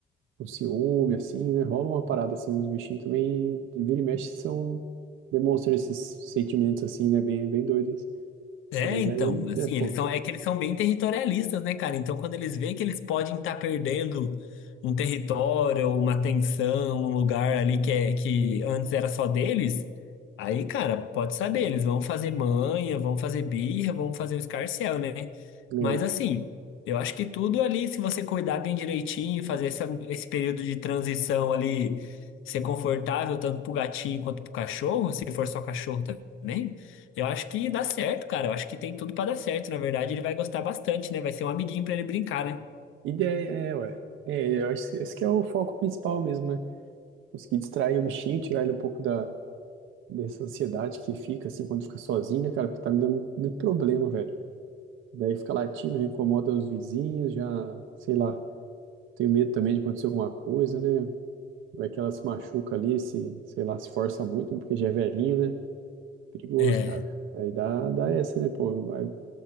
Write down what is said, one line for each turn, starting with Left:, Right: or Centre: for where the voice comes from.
Right: por ciúme, assim, né? Rola uma parada assim, os bichinhos também, vira e mexe, são, demonstram esses sentimentos assim, né? Bem, bem doidos.
Left: É,
Right: Mas
Left: então,
Right: aí,
Left: assim,
Right: né pô,
Left: eles são, é que eles são bem territorialistas, né, cara? Então, quando eles veem que eles podem estar perdendo um território, uma tensão, um lugar ali que, é, que antes era só deles, aí, cara, pode saber, eles vão fazer manha, vão fazer birra, vão fazer o escarcéu, né?
Right: né,
Left: Mas,
Right: é, pô.
Left: assim, eu acho que tudo ali, se você cuidar bem direitinho, fazer essa, esse período de transição ali, ser confortável tanto pro gatinho quanto pro cachorro, se for só cachorro também. Eu acho que dá certo, cara. Eu acho que tem tudo pra dar certo. Na verdade, ele vai gostar bastante, né? Vai ser um amiguinho pra ele brincar, né?
Right: Ideia, é, ué. É, eu acho que esse que é o foco principal mesmo, né? Conseguir distrair o bichinho, tirar ele um pouco da, dessa ansiedade que fica, assim, quando fica sozinho, né, cara? Porque tá me dando muito problema, velho. Daí fica latindo, incomoda os vizinhos, já, sei lá, tenho medo também de acontecer alguma coisa, né? Vai que ela se machuca ali, se, sei lá, se força muito, né, porque já é velhinho, né? Perigoso,
Left: É,
Right: cara. Aí dá, dá essa, né, pô? Vai-